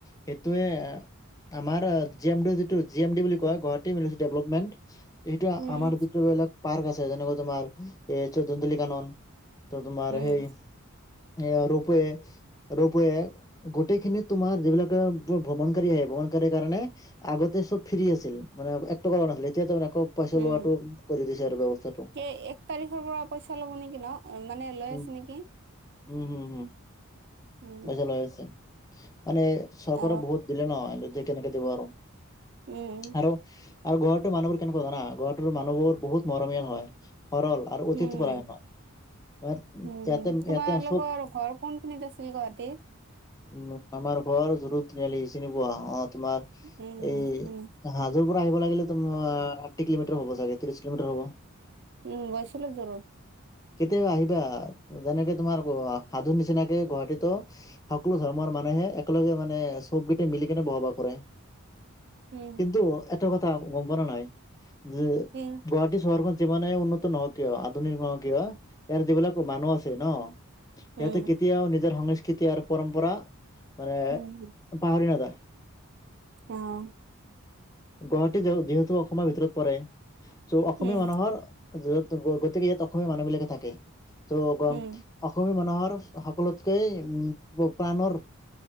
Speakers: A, on the left (about 15°); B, on the right (about 50°).
A: সেইটোৱে আমাৰ জি এম ডিজিত- জি এম ডি বুলি কয় গুৱাহাটী মিলিচি ডেভপমেন্ট, সেইটোৱে
B: উম
A: আমাৰ যিটো ধৰিলক- পাৰ্ক আছে যেনেকৈ তোমাৰ এই চৈতুন্দুলী কানন, ত তোমাৰ
B: উম
A: সেই- এ ৰোপে ৰোপুৱে- গোটেইখিনিত তোমাৰ যিবিলাকে তোমাৰ ভ্ৰমণকাৰী আহে ভ্ৰমণকাৰীৰ কাৰণে আগতে- চব ফ্ৰ্ৰী আছিল মানে একটকাও নাছিলে এতিয়া তাৰ মানে আকৌ পইচা
B: উম
A: লোৱাটো কৰি দিছে আৰু বৱস্থাটো।
B: কে এক তাৰিখৰ পৰা পইচা ল'ব নেকি ন' মানে লৈ
A: উম,
B: আছে নেকি।
A: উম হুম হুম'
B: উম
A: পইচা লৈ আছে মানে- চৰকাৰে
B: অ
A: বহুত দিলে ন' আৰু এতিয়া কেনেকে দিব আৰু,
B: উম
A: আৰু আৰু ঘৰটোৰ মানুহবোৰ কেনেকুৱা জানা, ঘৰটোৰ মানুহবোৰ বহুত মৰমীয়াল হয়, সৰল আৰু অথিতি
B: উম
A: পৰায়ণ হয়। মানে
B: উম,
A: ইয়াতে
B: হুম, তোমালোকৰ
A: ইয়াতে চব
B: ঘৰ কোন খিনিত আছিল গুৱাহাটীত?
A: উম, আমাৰ ঘৰ জোৰ তিনিআলি চিনি পোৱা অ', তোমাৰ
B: উম
A: এই
B: উম
A: হাজোৰ পৰা আহিব লাগিলে, তোমাত ষাঠি কিলোমিটাৰ হ'ব চাগে, ত্ৰিশ কিলোমিটাৰ হ'ব।
B: উম, গৈছিলোঁ জোৰু।
A: <unintelligible> আহিবা, যেনেকে তোমাৰ হাজোৰ নিচিনাকে গুৱাহাটীতো সকলো ধৰ্মৰ মানুহে একেলগে মানে চব গিটাই তে মিলি কেনে বসবাস কৰে।
B: উম
A: কিন্তু এটা কথা গম পৰা নাই যে
B: উম।
A: গুৱাহাটী চহৰখন যিমানে উন্নত নহওঁ কিয়, আধুনিক নহওঁক কিয়, ইয়াৰ যিবিলাক মানুহ আছে ন সিহঁতে
B: উম
A: কেতিয়াও নিজৰ সংস্কৃতি আৰু পৰম্পৰা মানে
B: উম
A: পাহৰি নাযায়।
B: অ'।
A: গুৱাহাটী যিহেতু অসমৰ ভিতৰত পৰে। ত' অসমীয়া
B: উম
A: মানুহৰ, গতিকে ইয়াত অসমীয়া মানুহবিলাকে থাকে। ত' গম
B: উম
A: অসমীয়া মানুহৰ সকলোতকৈ উম, প্ৰাণৰ